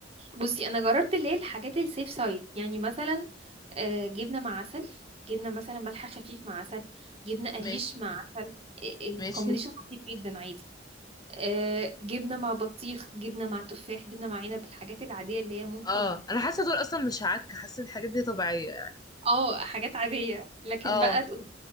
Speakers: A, on the right; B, on the left.
A: بصي انا جربت اللي هي الحاجات السيف سايد يعني مثلا آه، جبنه مع عسل جبنه مثلا ملح خفيف مع عسل جبنه قريش
B: ماشي
A: مع عسل الكومبينيشن
B: ماشي
A: لطيف جدا عادي آه، جبنه مع بطيخ جبنه مع تفاح جبنه مع عنب الحاجات العاديه اللي هي ممكن
B: اه انا حاسة دول اصلا مش عك حاسة الحاجات دي طبيعية يعني
A: اه حاجات عاديه لكن
B: اه
A: بقى تقول